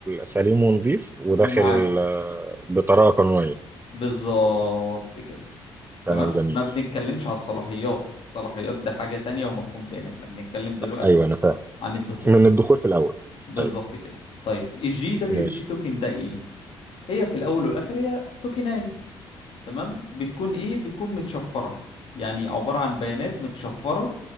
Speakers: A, on the right; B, on the left.
A: سليم ونظيف وداخل
B: ومعاكم
A: آه، بطريقة قانونية
B: بالظبط كده
A: كلام
B: تمام
A: جميل
B: ما بنتكلمش على الصلاحيات الصلاحيات ده حاجة تانية ومفهوم تاني احنا بنتكلم دلوقتي
A: ايوه انا فاهم
B: عن الدخول
A: من الدخول في الاول
B: بالظبط
A: ايوه
B: كده طيب الجي دبليو
A: ماشي
B: تي توكن ده ايه هي في الاول والاخر هي توكناية تمام بتكون ايه بتكون متشفرة يعني عبارة عن بيانات متشفرة